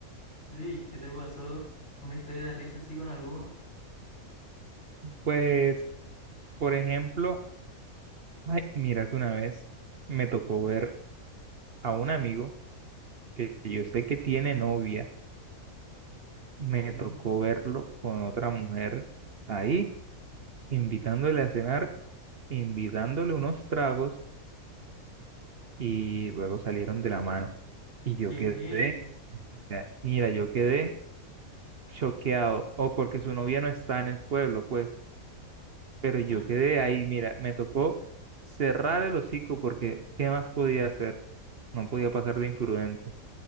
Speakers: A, on the left; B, on the right.
A: Sí, ¿qué te pasó? ¿Una historia de risa así con alguno?
B: Pues, por ejemplo, ay, mira que una vez me tocó ver a un amigo que yo sé que tiene novia, me
A: ¿Qué?
B: tocó verlo con otra mujer ahí, invitándole a cenar, invitándole unos tragos y luego salieron de la mano. Y yo
A: ¿Qué?
B: quedé, mira, yo quedé. choqueado o porque su novia no está en el pueblo, pues, pero yo
A: Ah,
B: quedé ahí, mira, me tocó cerrar el hocico porque ¿qué más podía hacer? No podía pasar de imprudente.